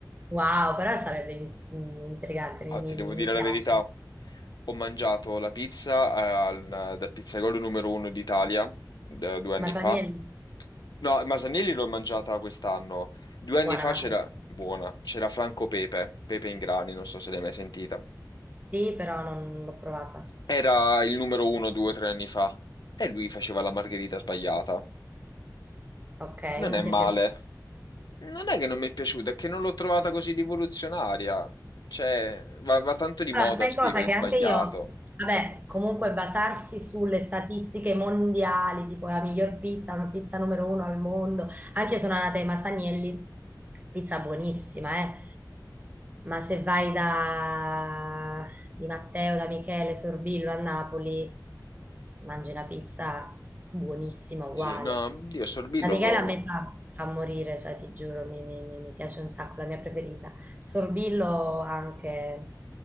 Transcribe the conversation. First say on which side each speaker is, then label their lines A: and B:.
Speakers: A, on the right (about 20°); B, on the left (about 65°).
A: Wow, però sarebbe in- mm, intrigante, mi,
B: Ah,
A: mi-
B: ti devo
A: mi-
B: dire
A: mi
B: la
A: piace.
B: verità, ho mangiato la pizza eh, al- dal pizzaiolo numero uno d'Italia da due anni
A: Masaniello,
B: fa. No, Masanelli l'ho mangiata quest'anno. Due
A: buona
B: anni fa
A: Masaniello.
B: c'era, buona, c'era Franco Pepe, Pepe in grani, non so se l'hai mai sentita.
A: Sì, però non l'ho provata.
B: Era il numero uno due o tre anni fa e lui faceva la margherita sbagliata.
A: Ok,
B: Non
A: non
B: è male.
A: ti è piaciuta?
B: Non è che non mi è piaciuta, è che non l'ho trovata così rivoluzionaria. Cioè, va, va tanto di
A: Allora,
B: moda
A: sai
B: scrivere
A: cosa? Che
B: sbagliato.
A: anche io, vabbè, comunque basarsi sulle statistiche mondiali, tipo la miglior pizza, una pizza numero uno al mondo, anche io sono andata ai Masanielli, pizza buonissima, eh. Ma se vai da Di Matteo, da Michele, Sorbillo a Napoli, mangi una pizza buonissima, uguale.
B: Sì, no, Dio, Sorbillo,
A: Da Michele
B: lo-
A: a me fa, fa morire, cioè ti giuro, mi mi- mi- mi piace un sacco, la mia preferita. Sorbillo anche